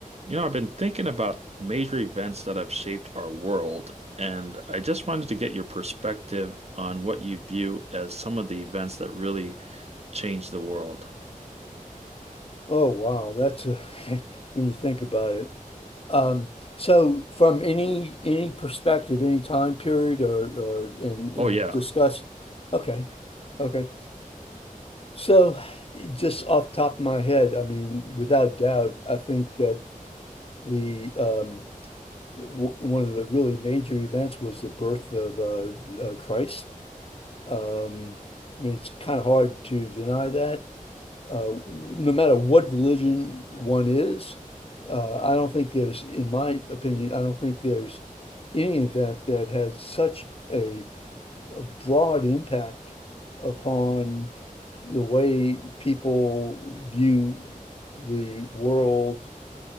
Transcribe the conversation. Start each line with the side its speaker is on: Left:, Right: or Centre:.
Right: You know, I've been thinking about major events that have shaped our world, and I just wanted to get your perspective on what you view as some of the events that really changed the world.
Left: Oh wow, that's a, <laughs> when you think about it. Um, so from any any perspective, any time period or, or and and
Right: Oh, yeah.
Left: discuss okay. Okay. So just off the top of my head, I mean, without doubt, I think that the um w one of the really major events was the birth of uh, uh Christ. Um, I mean, it's kind of hard to deny that uh, no matter what religion one is, uh, I don't think there's, in my opinion, I don't think there's any event that has such a, a broad impact upon the way people view the world